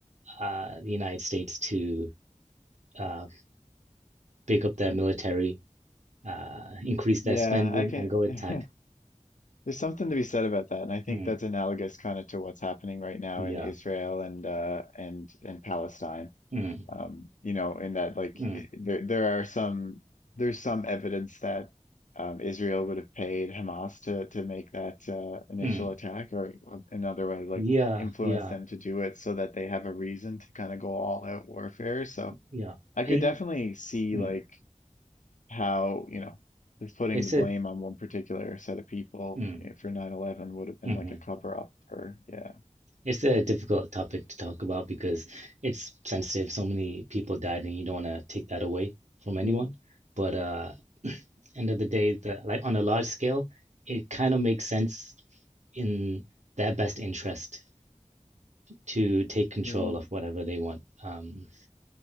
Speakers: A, on the right (about 65°); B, on the left (about 75°).
A: uh, the United States to uh, big up their military, uh, increase their
B: Yeah,
A: spending,
B: I can.
A: and go attack.
B: <laughs> There's something to be said about that, and I think
A: Mm,
B: that's analogous kind of to what's happening right now
A: yeah.
B: in Israel and uh, and and Palestine.
A: Mm,
B: um, you know, in that like
A: mm,
B: i- there there are some there's some evidence that um, Israel would have paid Hamas to to make that uh, initial
A: mm.
B: attack, or or another way, like
A: Yeah.
B: influence
A: Yeah.
B: them to do it so that they have a reason to kind of go all out warfare. So
A: Yeah.
B: I
A: In
B: could definitely see
A: mm,
B: like how, you know, just putting
A: it's
B: the blame
A: a
B: on one particular set of people
A: mm,
B: eh, for 9/11 would have been
A: hmm
B: like a cover up for, yeah.
A: It's a difficult topic to talk about because it's sensitive. So many people died, and you don't want to take that away from anyone.
B: Mm,
A: But uh, end of the day, the like on a large scale, it kind of makes sense in their best interest to take control
B: yeah.
A: of whatever they want. Um,